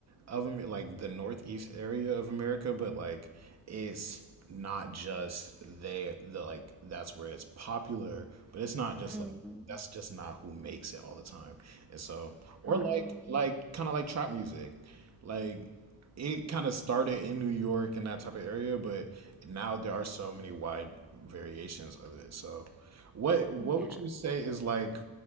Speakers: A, on the right; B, in the centre.
A: of Amer- like the northeast area of America, but like it's not just they the like that's where it's popular, but it's not just
B: Mm.
A: like that's just not who makes it all the time. And so or
B: Um,
A: like like kind of like trap music. Like it kind of started in New York and that type of area, but now there are so many wide variations of it. So, what what
B: yeah.
A: would you say is like